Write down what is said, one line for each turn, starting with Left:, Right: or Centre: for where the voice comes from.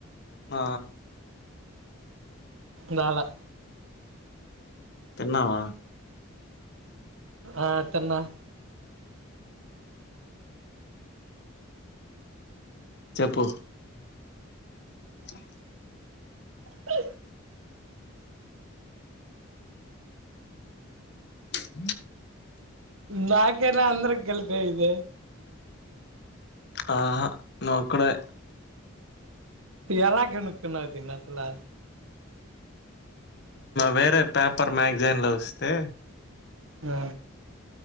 Left: ఆ
Right: రాలే
Left: తినవా
Right: ఆ తినం
Left: చెప్పు ఓ
Right: అ
Left: అ
Right: నాకేనా అంద్ర కలిపే ఇంద
Left: ఆహా నాకు ఒకరికే
Right: ఎలా కనుకునావ్ అసలు
Left: వేరే పేపర్ మ్యాగజైన్లు వస్తే
Right: ఆ